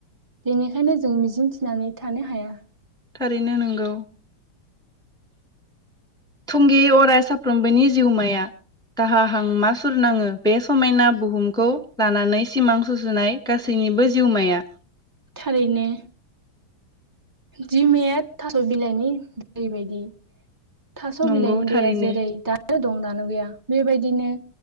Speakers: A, on the right (about 20°); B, in the centre.
A: बेनिखायनो जों मिजिं थिनानै थानो हाया।
B: थारैनो नंगौ थुंगेअ फराय साफ्रोमबोनि जिउमाया दाहा हांमा सुरनाङो बे समायना बुहुमखौ लानानै सिमां सुजुनाय गासैनिबो जिउमाया।
A: थारैनो। दिमाया थास' बिलाइनि दैबायदि। थास'
B: नंगौ
A: बिलाइनि
B: थारैनो
A: दैया जेरै दानो दं दानो गैया बेबायदिनो